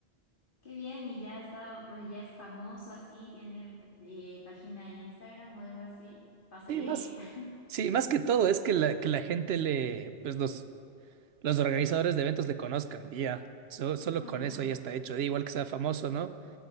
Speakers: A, on the left (about 55°); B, on the right (about 75°).
A: Qué bien, y ya está, ya es famoso así, tiene eh, página en Instagram o algo así, para seguirle.
B: Sí, más,
A: <laughs>
B: sí, más que todo es que la, que la gente le, pues los, los organizadores de eventos le conozcan y ya. So- solo
A: Mm.
B: con eso ya está hecho. Da igual que sea famoso, ¿no?